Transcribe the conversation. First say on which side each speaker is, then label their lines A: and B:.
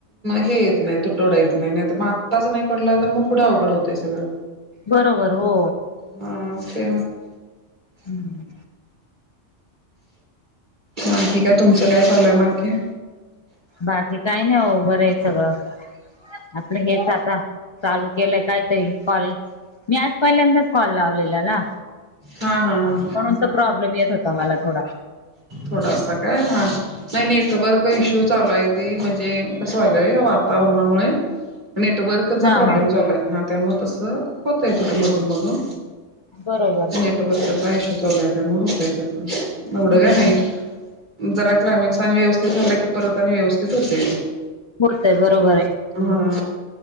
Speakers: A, on the right; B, on the left.
A: हे येत नाही <unintelligible> येत नाय तर मग आत्ताच नाही पडला तर मग पुढे अवघड होतंय सगळं
B: बरोबर हो
A: हा ते
B: हम्म
A: म आणखी काय तुमचं काय चालूय म आणखी
B: बाकी काय नाय ओ बरंये सगळं आपलं हेच आता चालू केलंय कायतरी कॉलेज मी आज पहिल्यांदाच कॉल लावलेला ना
A: हा हा हा हा.
B: म्हणून तर प्रॉब्लेम येत होता मला थोडा
A: थोडासा काय हा नाही नेटवर्क इश्यू श्यू चालूय ते म्हणजे कस व्हालंय वातावरणामुळे नेटवर्कचा
B: हा
A: प्रॉब्लेम
B: हा.
A: झालाय हा त्यामुळ तसं होतय कुठं मधून मधून
B: बरोबर
A: नेटवर्कचा इश्यू चालूय त्यामुळं होतय तसं एवढं
B: हम्म
A: काय
B: हम्म
A: नाय जरा क्लायमॅक्स आणि व्यवस्थित झाला की परत आणि व्यवस्थित होतय ते
B: होतय बरोबरय
A: हा